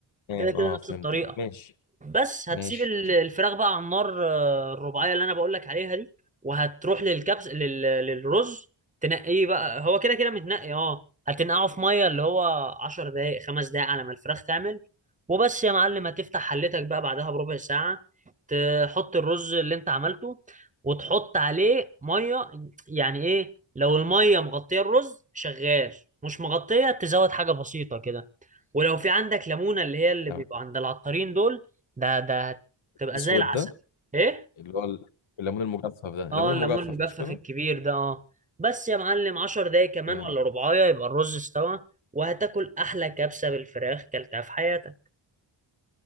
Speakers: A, on the left; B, on the right.
A: تمام
B: كده
A: اه
B: كده
A: فهمتك
B: نفس الطريقة
A: ماشي
B: بس
A: ماشي
B: هتسيب ال- الفراخ بقى على النار آه، الرباعيه اللي انا بقول لك عليها دي وهتروح للكبس لل... للرز تنقيه بقى هو كده كده متنقي اه هتنقعه في ميه اللي هو 10 دقائق خمس دقائق على ما الفراخ تعمل وبس يا معلم هتفتح حلتك بقى بعدها بربع ساعه تحط الرز اللي انت عملته وتحط عليه ميه يعني ايه لو الميه مغطيه الرز شغال مش مغطيه تزود حاجه بسيطه كده ولو في عندك ليمونه اللي هي اللي
A: تمام
B: بيبقى عند العطارين دول ده ده تبقى
A: الاسود
B: زي العسل
A: ده
B: ايه
A: اللي هو ال- الليمون المجفف ده الليمون
B: اه الليمون
A: المجفف
B: المجفف
A: مش كده
B: الكبير ده اه بس يا معلم عشر دقايق كمان
A: جامد
B: ولا ربعايه يبقى الرز استوى وهتاكل احلى كبسه بالفراخ كلتها في حياتك